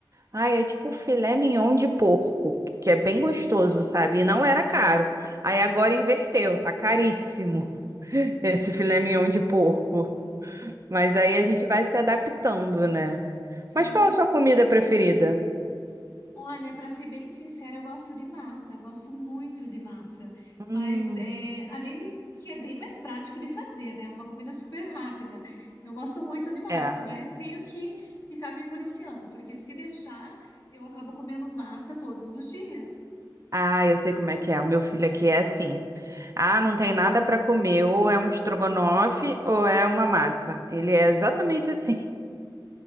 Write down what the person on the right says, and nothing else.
Ai, é tipo filé mignon de porco, que é bem gostoso, sabe? E não era caro. Aí agora inverteu, tá caríssimo <laughs> esse filé mignon de porco. Mas aí a gente vai se adaptando, né?
Mas qual a sua comida preferida?
Hum,
é.
Ah, eu sei como é que é. O meu filho aqui é assim. Ah, não tem nada para comer. Ou é um estrogonofe ou é uma massa. Ele é exatamente assim.